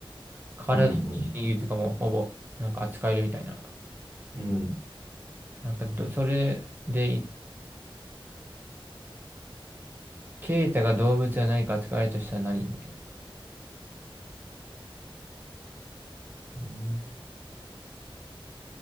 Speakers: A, on the right; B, on the left.
A: カラス親友とかもほぼ、
B: うんうん。
A: なんか扱えるみたいな。
B: うん。
A: なんかど、それで、いケイタが動物は何か扱えるとしたら何みたいな。
B: うん